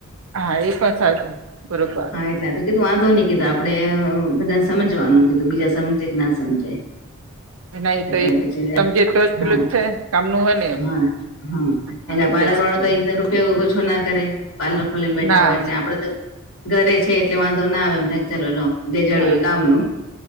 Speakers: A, on the right (about 70°); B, on the left (about 65°).
A: હા એ પણ સાચું બરોબર
B: એટલા તો કીધું વાંધો નહી કીધું આપણે બધાને સમજવાનું
A: હમ, હમ.
B: કીધું બીજા સમજે કે ના સમજે
A: ના એ તો
B: કે
A: એ
B: પછી જા
A: સમજે તો જ પેલું
B: હા
A: જ છે કામનું હોય ને એમ
B: હા હા
A: હા
B: એના
A: એટલે
B: પાર્લર
A: જ
B: વાળો તો
A: હા
B: એકદમ રૂપિયા ઓછો ના કરે પાર્લર ખોલીને બેઠા
A: ના
B: હોય એટલે આપડે તો ઘરે છે એટલે વાંધો ના આવે એમ થાય ચલો લો જે જળ્યું
A: હા
B: કામનું